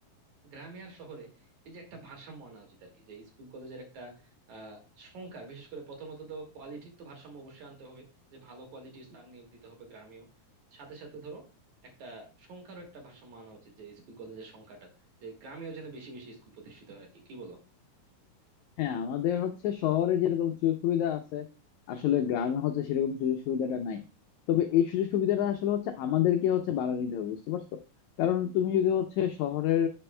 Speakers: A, on the right; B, on the left.
A: গ্রামে আর শহরে এই যে একটা ভারসাম্য আনা উচিত আর কি যে স্কুল কলেজের একটা আহ সংখ্যার বিশেষ করে প্রথমত তো কোয়ালিটির তো ভারসাম্য অবশ্যই আনতে হবে যে ভালো কোয়ালিটির স্যার নিয়োগ দিতে হবে গ্রামেও সাথে সাথে ধরো একটা সংখ্যারও একটা ভারসাম্য আনা উচিত যে স্কুল কলেজের সংখ্যাটার যে গ্রামেও যেন বেশি বেশি স্কুল প্রতিষ্ঠিত হয় আর কি কি বলো
B: হ্যাঁ আমাদের হচ্ছে শহরে যেরকম সুযোগ সুবিধা আছে আসলে গ্রামে হচ্ছে সেরকম সুযোগ সুবিধাটা নাই তবে এই সুযোগ সুবিধাটা আসলে হচ্ছে আমাদেরকে হচ্ছে বাড়া নিতে হবে বুঝতে পারছো কারণ তুমি যদি হচ্ছে শহরের